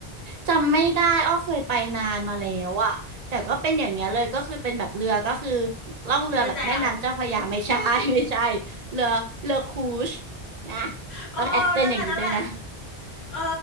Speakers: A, on the right; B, on the left.
A: จำไม่ได้อ้อเคยไปนานมาแล้วอะแต่ก็เป็นอย่างเงี้ยเลย ก็คือเป็นแบบเรือก็คือล่องเรือแบบแม่น้ำเจ้าพระยาไม่ใช่
B: เรือแจว
A: <laughs> ไม่ใช่เรือเรือครูซนะ
B: เออนั่นแหละนั่นแหละ
A: ต้องแอคเซนต์อย่างนี้ด้วยนะ
B: เออ